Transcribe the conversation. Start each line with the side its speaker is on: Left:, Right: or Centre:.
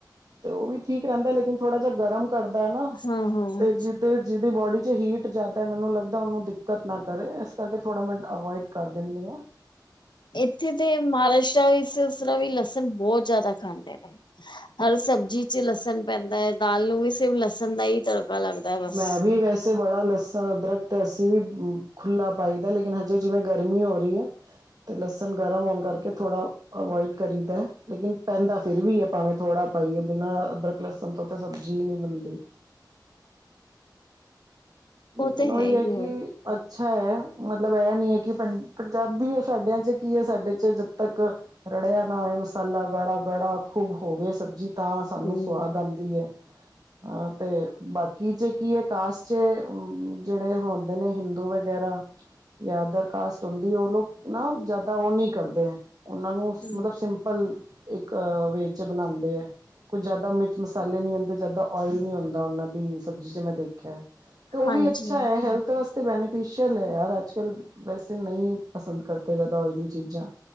Right: ਤੇ ਉਹ ਵੀ ਠੀਕ ਰਹਿੰਦਾ ਲੇਕਿਨ ਥੋੜਾ ਜਿਹਾ ਗਰਮ ਕਰਦਾ ਏ ਨਾ
Left: ਹਾਂ ਹਾਂ
Right: ਤੇ ਜ ਤੇ ਜਿਹਦੀ ਬੋਡੀ 'ਚ ਹੀਟ ਜਿਆਦਾ ਏ ਮੈਨੂੰ ਲੱਗਦਾ ਉਹਨੂੰ ਦਿ ਦਿੱਕਤ ਨਾ ਕਰੇ ਇਸ ਕਰਕੇ ਥੋੜ੍ਹਾ ਮੈਂ ਅਵੋਇਡ ਕਰ ਦਿੰਨੀ ਆ।
Left: ਇੱਥੇ ਤੇ ਮਹਾਰਾਸ਼ਟਰ ਵੀ ਸਸ ਵੀ ਲਸਨ ਬਹੁਤ ਜ਼ਿਆਦਾ ਖਾਂਦੇ ਨੇ। ਹਰ ਸਬਜ਼ੀ 'ਚ ਲਸਨ ਪੈਂਦਾ ਹੈ ਦਾਲ ਨੂੰ ਵੀ ਸਿਰਫ ਲਸਨ ਦਾ ਹੀ ਤੜਕਾ ਲੱਗਦਾ। ਹੈ ਬਸ।
Right: ਮੈਂ ਵੀ ਵੈਸ ਸੇ ਬੜਾ ਲਸਨ, ਅਦਰਕ ਤੇ ਅੱਸੀ ਵੀ ਖੁੱਲਾ ਪਾਈਦਾ ਲੇਕਿਨ ਹਜੇ ਜਿਵੇਂ ਗਰਮੀ ਹੋ ਰਹੀ ਏ ਤੇ ਲਸਨ ਗਰਮ ਹੋਣ ਕਰਕੇ ਥੋੜ੍ਹਾ ਅਵੋਇਡ ਕਰੀਦਾ ਲੇਕਿਨ ਪੈਂਦਾ ਫਿਰ ਵੀ ਹੈ ਭਾਵੇਂ ਥੋੜਾ ਪਾਈਏ ਬਿਨਾ ਅਦਰਕ ਲਸਨ ਤੋਂ ਤੇ ਸਬਜ਼ੀ ਹੀ ਨੀ ਬਨਦੀ।
Left: ਉਹ
Right: ਲੇਕਿਨ
Left: ਤੇ
Right: ਉਹੀ
Left: ਹੀ
Right: ਹੈ ਕਿ ਅ ਅੱਛਾ ਹੈ ਮਤਲਬ ਐ ਨੀ ਹੈ ਕਿ ਪੰਜ ਪੰਜਾਬੀ ਹੈ ਸਾਡਿਆਂ ਚ ਕੀ ਹੈ ਸਾਡੇ ਚ ਜਦ ਤੱਕ ਰੜਿਆ ਨਾ ਹੋਏ ਮਸਾਲਾ ਗਾੜਾ-ਗਾੜਾ ਖੂਬ ਹੋਵੇ ਸਬਜ਼ੀ ਤਾਂ ਸਾਨੂੰ
Left: ਹੂੰ।
Right: ਸਵਾਦ ਆਂਦੀ ਐ। ਹਾਂ ਤੇ, ਬਾਕੀ ਚੇ ਕੀ ਹੈ ਕਾਸਟ ਚ ਹੂੰ ਜਿਹੜੇ ਹੁੰਦੇ ਨੇ ਹਿੰਦੂ ਵਗੈਰਾ ਯਾ ਅਦਰ ਕਾਸਟ ਚੁੰਦੀ ਉਹਨੂੰ, ਨਾ ਜਿਆਦਾ ਉਹ ਨੀ ਕਰਦੇ, ਉਹਨਾ ਨੂੰ
Left: ਹੂੰ
Right: ਮਤਲਬ ਸਿੰਪਲ ਇੱਕ ਵੇ 'ਚ ਬਣਾਂਦੇ ਏ। ਕੁਝ ਜਿਆਦਾ ਮਿਰਚ ਮਸਾਲੇ ਨੀ ਹੁੰਦੇ ਜਿਆਦਾ ਓਇਲ ਨੀ ਹੁੰਦਾ ਉਹਨਾ ਦੀ ਸਬਜ਼ੀ 'ਚ ਮੈਂ ਦੇਖਿਆ। ਨਹੀ ਤੇ ਉਹ
Left: ਹਾਂਜੀ
Right: ਵੀ ਅੱਛਾ ਹੈ ਹੈਲਥ ਵਾਸਤੇ ਬੈਨੀਫਿਸ਼ੀਅਲ ਹੈ ਯਾਰ ਅੱਜਕੱਲ੍ਹ ਵੈਸੇ ਨਹੀਂ ਪਸੰਦ ਕਰਦੇ ਜ਼ਿਆਦਾ ਓਇਲੀ ਚੀਜ਼ਾਂ।